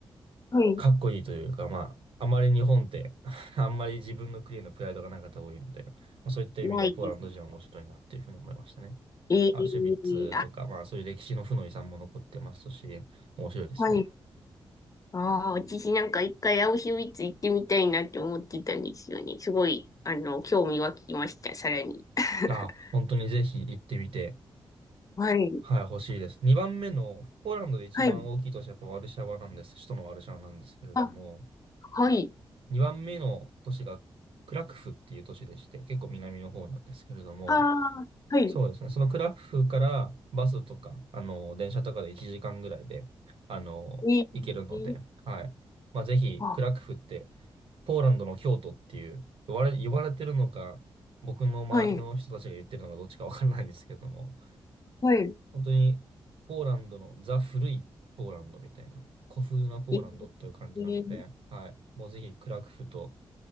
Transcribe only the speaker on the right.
かっこいいというか、まあ、あまり日本って <laughs> あんまり自分の国へのプライドがない方多いので、まあ、そういった意味ではポーランド人は面白いなっていうふうに思いましたね。
アウシュビッツとか、まあそういう歴史の負の遺産も残ってますし、面白いですね。
あ、本当にぜひ行ってみて、
はい、欲しいです。2番目の、ポーランドで一番大きい都市はやっぱワルシャワなんです。
首都のワルシャワなんですけれども、
2番目の都市がクラクフっていう都市でして、結構南の方なんですけれども、
そうですね、そのクラクフからバスとか、あの、電車とかで1時間ぐらいで、あの、
行けるので、
はい。まあ、ぜひ、
クラクフってポーランドの京都っていう、呼ばれ、呼ばれてるのか、僕の周りの人たちが言ってるのかどっちかわからないんですけれども、
本当にポーランドのザ・古いポーランドみたいな、古風なポーランドっていう感じなので、
はい。もうぜひクラクフと、